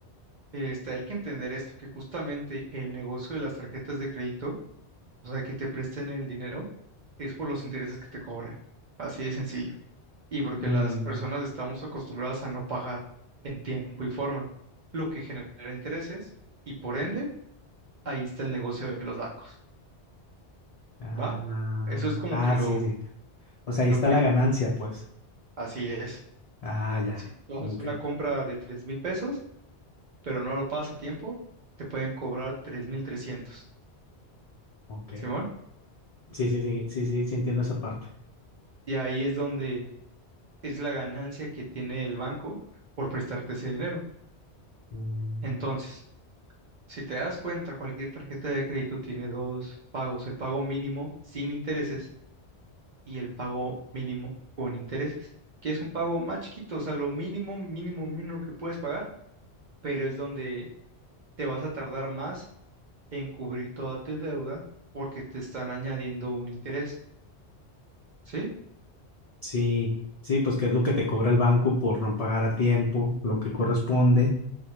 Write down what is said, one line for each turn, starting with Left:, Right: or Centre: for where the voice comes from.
Right: este, hay que entender esto, que justamente el negocio de las tarjetas de crédito, o sea, que te presten el dinero, es por los intereses que te cobran. Así de sencillo. y porque
Left: Mm,
Right: las personas estamos acostumbradas a no pagar en tiempo y forma, lo que genera intereses y por ende ahí está el negocio de los bancos,
Left: ah,
Right: ¿va? Eso es como
Left: ah,
Right: que lo,
Left: sí, sí. O sea, ahí
Right: lo
Left: está
Right: primero.
Left: la ganancia, pues.
Right: Así es.
Left: Ah, ya.
Right: Si tú haces
Left: Ok,
Right: una compra de tres mil pesos, pero no lo pagas a tiempo, te pueden cobrar tres mil trescientos,
Left: ok.
Right: ¿Simón?
Left: Sí, sí, sí, sí, sí, sí entiendo esa parte.
Right: Y ahí es donde es la ganancia que tiene el banco por prestarte ese dinero.
Left: Mm,
Right: Entonces, Si te das cuenta, cualquier tarjeta de crédito tiene dos pagos, el pago mínimo sin intereses y el pago mínimo con intereses, que es un pago más chiquito, o sea, lo mínimo, mínimo, mínimo que puedes pagar, pero es donde te vas a tardar más en cubrir toda tu deuda porque te están añadiendo un interés, ¿sí?
Left: Sí, sí, pues que es lo que te cobra el banco por no pagar a tiempo, lo que corresponde.